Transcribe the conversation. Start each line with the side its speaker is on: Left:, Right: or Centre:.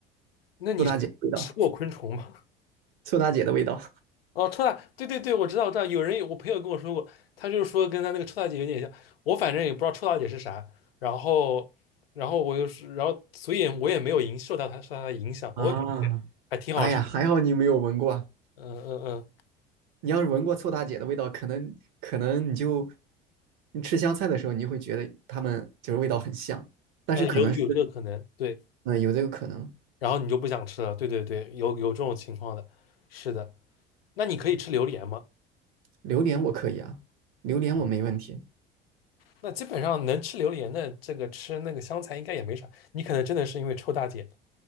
Left: 那你吃过昆虫吗？
Right: 味道。臭大姐的味道 <laughs>
Left: 哦，臭大，对对对，我知道，我知道，有人我朋友跟我说过，他就是说跟他那个臭大姐有点像，我反正也不知道臭大姐是啥，然后，然后我就是，然后所以我也没有影受到他受他的影响，
Right: 啊，
Left: 我感觉还挺好吃，
Right: 哎呀，还好你没有闻过，
Left: 嗯嗯嗯，
Right: 你要是闻过臭大姐的味道，可能可能你就你吃香菜的时候，你就会觉得它们就是味道很像，但是可能是
Left: 呃，有有这个可能，对，
Right: 嗯、呃有这个可能。
Left: 然后你就不想吃了，对对对，有有这种情况的，是的，那你可以吃榴莲吗？
Right: 榴莲我可以啊，榴莲我没问题。
Left: 啊，那基本上能吃榴莲的，这个吃那个香菜应该也没啥，你可能真的是因为臭大姐，